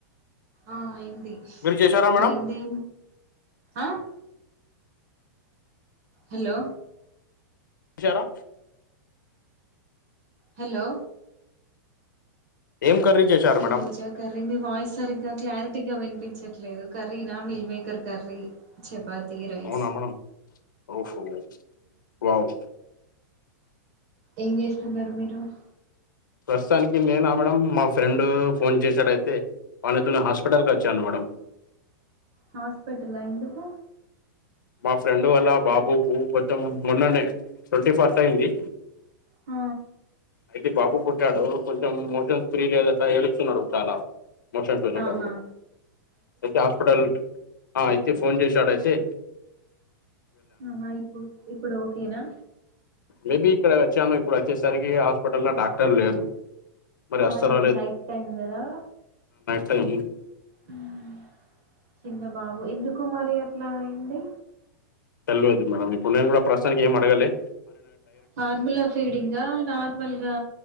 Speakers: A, on the right; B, on the left.
A: ఆ అయింది
B: మీరు చేశారా మేడం
A: అయింది ఆహ్ హలో
B: విచారా
A: హలో
B: ఏం కర్రీ చేశారు మేడం
A: ఈ రోజా కర్రీ మీ వాయిస్ సరిగ్గా క్లార్ టిగా వినిపించట్లేదు కర్రీనా meal maker curry chapati rice
B: అవునా మేడం ఓహో వావ్
A: ఏం చేస్తున్నారు మీరు రు
B: ప్రస్తుతానికి నేనా మేడ మా ఫ్రెండ్ ఫోన్ చేశాడయితే వానతో హాస్పిటల్కి వచ్చాను మేడం
A: హాస్పిటల్ ఎందుకు
B: మా ఫ్రెండ్ వల్ల బాబుకు కొంచెం మొన్ననే ట్వంటీ ఫస్ట్ అయింది
A: ఆ
B: అయితే బాబు పుట్టాడు కొంచెం మోషన్స్ ఫ్రీ లేదట ఏడుస్తున్నాడు చాలా మోషన్స్ అయినట
A: ఆహా
B: అయితే హాస్పిటల్ ఆ ఫోన్ చేసి అడాసి
A: ఆహా ఇప్పు ఇప్పుడు ఓకేనా
B: మేబీ ఇక్కడ వచ్చాను ఇప్పుడు వచ్చేసరికి అఫ్ హాస్పిటల్లో డాక్టర్ లేరు మరి వస్తారో
A: ఆ ఇప్పుడు నైట్ టైం కదా
B: థైనిర్
A: మ్మ్ చిన్న బాబు ఎందుకు మరి అట్లా అయింది
B: తెల్వదు మేడం ఇప్పుడు నేను కూడా ప్రస్తుతానికి ఏం అడ్ పెరగలే
A: ఫార్ములా ఫీడింగ్ నార్మల్గా